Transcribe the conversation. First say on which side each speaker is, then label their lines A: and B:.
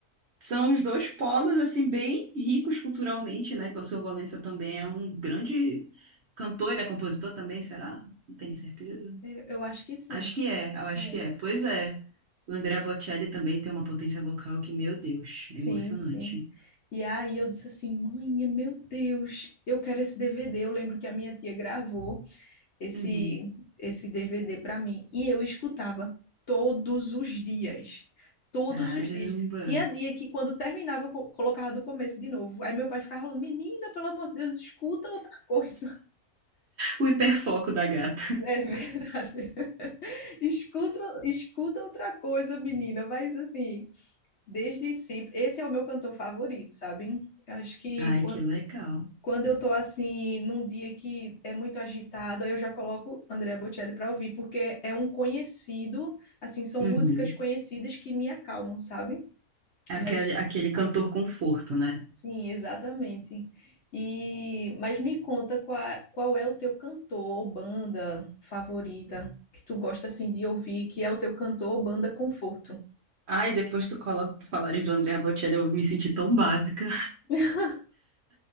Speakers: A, on the right; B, on the left.
A: São os dois polos, assim, bem ricos culturalmente, né? Que o Alceu Valença também é um grande cantor, ele é compositor também, será? Não tenho certeza.
B: Eu eu acho que sim.
A: Acho que é, eu acho
B: É.
A: que é. Pois é. O Andrea Bocelli também tem uma potência vocal que, meu Deus,
B: Sim,
A: é emocionante.
B: sim. E aí eu disse assim, mãe, meu Deus, eu quero esse DVD. Eu lembro que a minha tia gravou esse
A: Uhum.
B: esse DVD para mim e eu escutava todos os dias, todos
A: Caramba.
B: os dias. Tinha dia que quando terminava eu co- colocava do começo de novo. Aí meu pai ficava falando, menina, pelo amor de Deus, escuta outra coisa. <laughs>
A: O hiperfoco da gata. <laughs>
B: É verdade. Escuta, escuta outra coisa, menina. Mas assim, desde sempre, esse é o meu cantor favorito, sabe? Acho que
A: Ai,
B: quan-
A: que legal.
B: Quando eu tô assim, num dia que é muito agitado, aí eu já coloco Andrea Bocelli para ouvir, porque é um conhecido, assim, são
A: Uhum.
B: músicas conhecidas que me acalmam, sabe?
A: Aquele,
B: Mas
A: aquele cantor conforto, né?
B: sim, exatamente. E mas me conta qual, qual é o teu cantor ou banda favorita que tu gosta assim de ouvir, que é o teu cantor ou banda conforto.
A: Ai, depois tu coloca, tu falares do Andrea Bocelli, eu me senti tão básica.
B: <laughs>